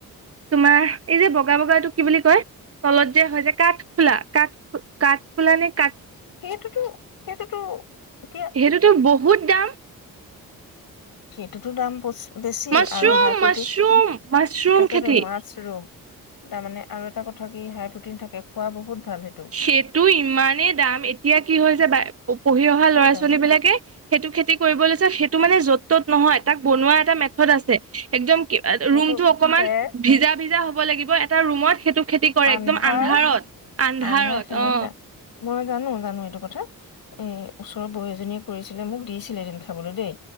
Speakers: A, on the right; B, on the left.
A: তোমাৰ এই যে বগা বগাটোক কি বুলি কয় তলত যে হয় হৈছে কাঠফুলা কাঠ কাঠ ফুলা নে কাঠ
B: সেইটোতো সেইটোতো এতিয়া
A: সেইটোতো বহুত দাম।
B: সেইটোতো দাম বেছি
A: মাছৰুম,
B: আৰু হাই প্ৰতো
A: মাছৰুম, মাছৰুম খেতি
B: মাছ ৰম তাৰ মানে আৰু এটা কথা কি হাই প্ৰটিন থাকে খোৱা বহুত ভাল হেই
A: সেইটো ইমানেই দাম এতিয়া কি হৈছে বা পঢ়ি অহা
B: বহুত
A: ল'ৰা
B: দাম
A: ছোৱালী বিলাকে সেইটো খেতি কৰিব লৈছে সেইটো মানে য'ত ত'ত নহয় তাক বনোৱা এটা মেথড আছে। একদম
B: সেইটো
A: ৰুমটো অকমান
B: খেৰ
A: ভিজা ভিজা হ'ব লাগিব এটা ৰুমত সেইটো খেতি কৰে
B: আন্ধাৰ
A: একদম আন্ধাৰত আন্ধাৰত
B: আন্ধাৰ সেমেকা
A: অ'।
B: মই জানো জানো এইটো কথা এ ওচৰৰ বুঢ়ী এজনীয়ে কৰিছিলে মোক দিছিলে এদিন খাবলৈ দেই।